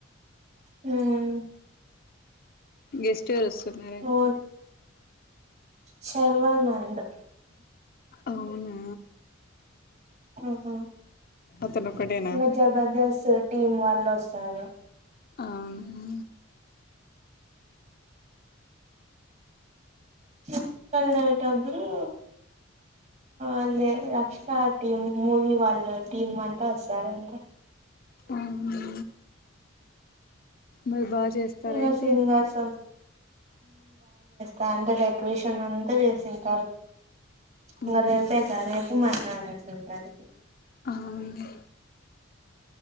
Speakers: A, on the right; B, on the left.
A: హ్మ్
B: గెస్ట్ హౌస్ <unintelligible>
A: ఓ శర్వానంద్
B: అవునా
A: ఓహో
B: అతను ఒకటేనా
A: ఈమధ్య బజాస్ టీమ్ వాళ్ళు వస్ టార
B: అవును హ్మ్
A: వస్తన్నయ్ డబ్బులు అదే రక్ష టీమ్ మూవీ వాళ్ళ టీమ్ అంతా వస్తారంట
B: అవును మరి బా చేస్తస్త
A: ఇంకా
B: రయితే
A: సింగర్స్ దాంత డెకొరేషన్ అంతా చేసింది ఇంక
B: మ్మ్
A: రేపే గా రేపు మన్నడట్లేంటది
B: అవునండి